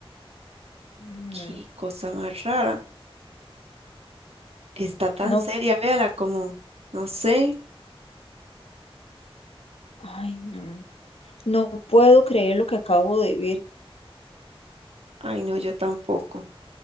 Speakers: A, on the left (about 80°); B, on the right (about 85°).
A: Mm,
B: qué cosa más rara. Está tan
A: No,
B: seria, véala, como, no sé.
A: ay, no. No puedo creer lo que acabo de ver.
B: Ay, no, yo tampoco.